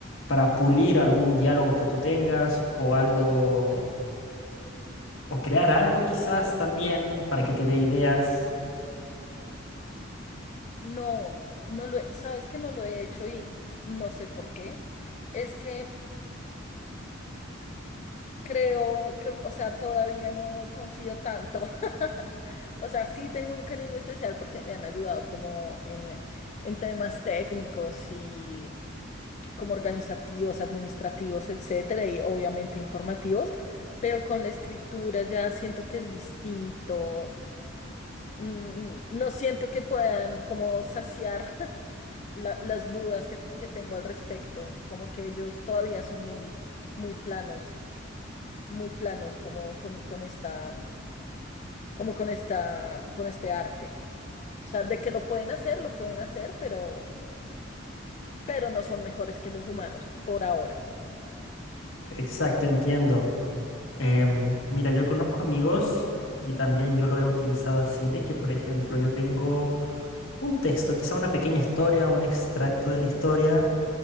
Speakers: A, on the left; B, on the left.
A: para pulir algún diálogo que tú tengas o algo,
B: Para, para-
A: o crear algo quizás también para que te dé ideas.
B: No, no lo he- sabes que no lo he hecho y no sé por qué. Es que creo, creo, o sea, todavía no confío tanto. <laughs> O sea, sí tengo un cariño especial porque me han ayudado como en, en temas técnicos y como organizativos, administrativos, etcétera, y obviamente informativos, pero con la escritura ya siento que es distinto mm, no siento que puedan como saciar <laughs> la- las dudas que, que tengo al respecto, como que ellos todavía son muy, muy planos, muy planos como con, con esta, como con esta, con este arte. O sea, de que lo pueden hacer, lo pueden hacer, pero, pero no son mejores que los humanos por ahora.
A: Exacto, entiendo. Em, mira, yo conozco amigos y también yo lo he utilizado así, de que por ejemplo yo tengo un texto, quizá una pequeña historia, un extracto de la historia,